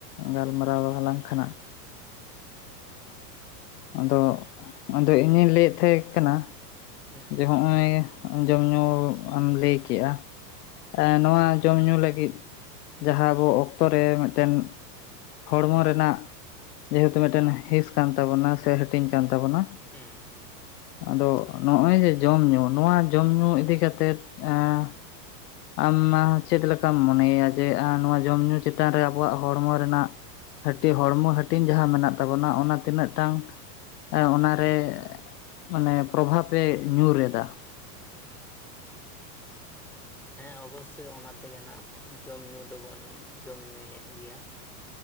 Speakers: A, on the left; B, in the centre.
A: ᱜᱟᱞᱢᱟᱨᱟᱣ <unintelligible> ᱠᱷᱟᱱᱟᱜ ᱟᱫᱚ ᱟᱫᱚ ᱤᱧᱤᱧ ᱞᱟᱹᱭᱮᱫ ᱛᱟᱦᱮᱸ ᱠᱟᱱᱟ?
B: ᱦᱩᱸ
A: ᱡᱮ ᱦᱚᱸᱜᱼᱚᱭ ᱡᱚᱢ ᱧᱩ ᱮᱢ ᱞᱟᱹᱭ ᱠᱮᱜᱼᱟ ᱱᱚᱣᱟ ᱡᱚᱢ ᱧᱩ ᱞᱟᱹᱜᱤᱫ ᱡᱟᱦᱟᱸ ᱟᱵᱚ ᱚᱠᱛᱚ ᱨᱮ ᱢᱤᱫᱴᱮᱱ ᱦᱚᱲᱢᱚ ᱨᱮᱱᱟᱜ ᱡᱮᱦᱮᱛᱩ ᱢᱤᱫᱴᱮᱱ ᱦᱤᱸᱥ ᱠᱟᱱ ᱛᱟᱵᱚᱱᱟ ᱥᱮ ᱦᱟᱹᱴᱤᱧ ᱠᱟᱱ ᱛᱟᱵᱚᱱᱟ
B: ᱦᱩᱸ ᱦᱩᱸ
A: ᱟᱫᱚ ᱱᱚᱜᱼᱚᱭ ᱡᱮ ᱡᱚᱢ ᱧᱩ ᱱᱚᱣᱟ ᱡᱚᱢ ᱧᱩ ᱤᱫᱤ ᱠᱟᱛᱮᱫ ᱮᱸᱻ ᱟᱢ ᱪᱮᱫ ᱞᱮᱠᱟᱢ ᱢᱚᱱᱮᱭᱮᱭᱟ ᱡᱮ ᱱᱚᱣᱟ ᱡᱚᱢ ᱧᱩ ᱪᱮᱛᱟᱱ ᱨᱮ ᱟᱵᱚᱣᱟᱜ ᱦᱚᱲᱢᱚ ᱨᱮᱱᱟᱜ ᱦᱟᱹᱴᱤᱧ ᱦᱚᱲᱢᱚ ᱦᱟᱹᱴᱤᱧ ᱡᱟᱦᱟᱸ ᱢᱮᱱᱟᱜ ᱛᱟᱵᱚᱱᱟ ᱚᱱᱟ ᱛᱤᱱᱟᱹᱜ ᱴᱟᱝ ᱮᱸᱜ ᱚᱱᱟᱨᱮ ᱢᱟᱱᱮ ᱯᱨᱚᱵᱷᱟᱵᱮ ᱧᱩᱨ ᱮᱫᱟ
B: ᱦᱮᱸ ᱚᱵᱚᱥᱥᱳᱭ ᱚᱱᱟ ᱛᱮᱜᱮ ᱱᱟᱜ ᱡᱚᱢ ᱧᱩ ᱫᱚᱵᱚᱱ ᱡᱚᱢ ᱧᱩᱭᱮᱫ ᱜᱮᱭᱟ